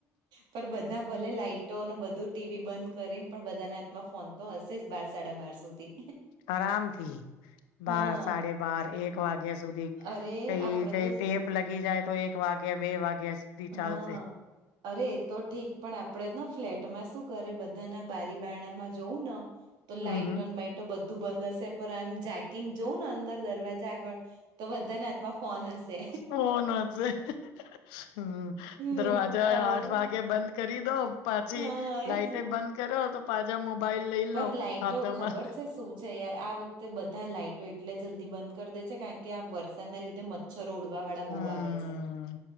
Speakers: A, on the right (about 70°); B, on the left (about 80°).
A: પણ બધા ભલે લાઈટ બધું ટીવી બંધ કરીને પણ બધાના હાથમાં ફોન તો હશે જ બાર સાડા બાર સુધી.
B: આરામથી. બાર
A: હા
B: સાડે બાર એક વાગ્યા સુધી
A: અરે
B: કઈ
A: આપડે
B: કઈ
A: તો
B: ટે લગી જાય તો એક વાગ્યા બે વાગ્યા સુધી ચાલશે
A: હા અરે એ તો ઠીક પણ આપડે ફ્લેટમાં શું કરે બધાના બ માં જુંવું ન તો
B: હમ
A: લાઈટો
B: હમ
A: તો બધું બંધ હશે પણ એમ જાકીને જોઉં ને અંદર દરવાજા આગળ તો બધાને હાથમાં ફોન હશે
B: ફોન હશે <unintelligible> હમ
A: હમ,
B: દરવાજા
A: આવ-
B: આઠ વાગે બંધ કરી દો. પાછી
A: હા એજ
B: લાઈટે બંધ કરો તો પાછા મોબાઈલ લઈ
A: પર
B: લો
A: લાાઈટો
B: હાથમાં.
A: ખબર છે શું યાર આ વખતે બધા લાઈટો એટલે જલ્દી બંધ કરી દે છે કારણ કે આ વરસાદના લીધે મ મચ્છરો ઉડવા વાળા બહુ
B: હમ
A: આવે છે